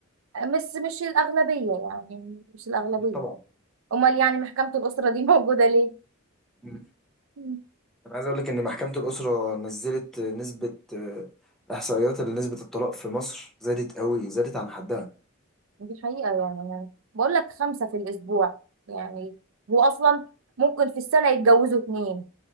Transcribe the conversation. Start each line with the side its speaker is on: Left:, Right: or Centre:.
Right: بس مش الاغلبيه يعني مش الاغلبيه
Centre: طبعا
Right: امال يعني محكمه الاسره دي <laughs> موجوده ليه
Centre: مم.
Right: مم.
Centre: انا عايز اقول لك ان محكمة الأسرة نزلت نسبة آه، احصائيات لنسبة الطلاق في مصر زادت قوي زادت عن حدها
Right: دي حقيقه يعني أنا بقول لك خمسه في الاسبوع يعني هو اصلا ممكن في السنه يتجوزوا اتنين